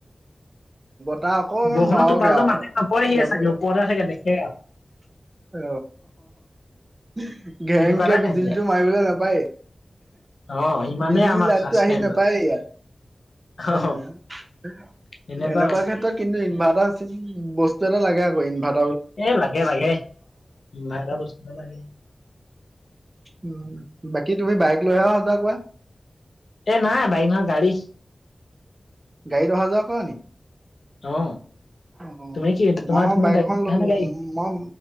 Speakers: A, on the right; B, on the left.
A: অ
B: বৰষুণত
A: মাৰক
B: টোপাল
A: আৰু
B: মাতে নপায়হিয়ে
A: যাবই
B: চাগে
A: আৰু
B: ওপৰতে থাগে দেখে আৰু
A: অ ঘেংক
B: তেনেকুৱা এটা
A: বিজুলীটোৰ
B: কাৰেণ্ট যায়।
A: মাৰিবলৈ নাপায় এ
B: অ ইমানেই
A: বিজুলীৰ
B: আমাৰ
A: লাইটটো
B: ফাৰ্ষ্ট
A: আহি
B: কাৰেণ্ট
A: নাপায়
B: যোৱা
A: ইয়াত
B: অ
A: উ এনেকুৱা
B: এনেকুৱা কথা
A: ক্ষেত্ৰত কিন্তু ইনভাৰ্টাৰ বস্তু এটা লাগে আ কৰিম ভাল
B: এ লাগে লাগে ইমান এটা বস্তুটা লাগে
A: উম, বাকী তুমি বাইক লৈহে অহা যোৱা কৰা
B: এ নাই বাইকখন গাড়ী
A: গাড়ী অহা যোৱা কৰা নি
B: অ
A: অ
B: তুমি কি তোমাৰ
A: মই
B: তুমি
A: বাইক এখন ললো
B: নে গাড়ী
A: মই